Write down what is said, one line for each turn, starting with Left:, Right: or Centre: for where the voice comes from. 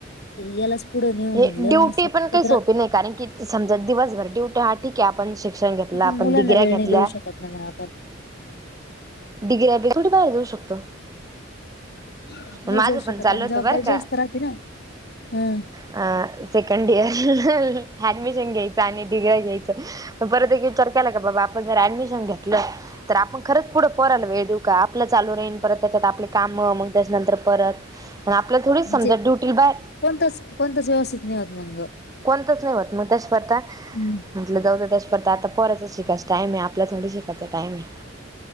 Left: यालाच पुढं नेऊ
Right: हे
Left: म्हणलं
Right: ड्युटी
Left: मग सतरा
Right: पण काही सोपी नाही कारण की समजा दिवसभर डिवट्या हा ठीक आहे आपण शिक्षण घेतलं आपण
Left: पण मुलांना
Right: डिग्र्या
Left: वेळ
Right: घेतल्या.
Left: नाही <unintelligible>
Right: डिगऱ्या बी थोडी बाहेर जाऊ शकतो.
Left: नाही
Right: माझं
Left: जाऊ
Right: पण
Left: शकत.
Right: चालू
Left: आणि
Right: होतं
Left: जबाबदारी
Right: बरं का
Left: जास्त राहते ना, हम्म,
Right: अ सेकंड इयर ऍडमिशन घ्यायचं आणि डिगऱ्या घ्यायचं. पण परत एक विचार केला का बाबा आपण जर ऍडमिशन घेतलं. तर आपण खरंच पुढं पोराला वेळ देऊ का. आपल चालू राहीन. परत त्याच्यात आपले काम. मग त्याच्यानंतर परत आणि, आपल्याला थोडीच
Left: म्हणजे
Right: समजा ड्युटीला बाहेर
Left: कोणताच कोणताच व्यवस्थित नाही होत मग
Right: कोणतच नाही होत. मग त्याच्या करता
Left: हम्
Right: म्हटल जाऊ द्या. त्याच्या परता आता पोराचा शिकायचा टाईमय. आपला थोडी शिकायचा टाईम आहे.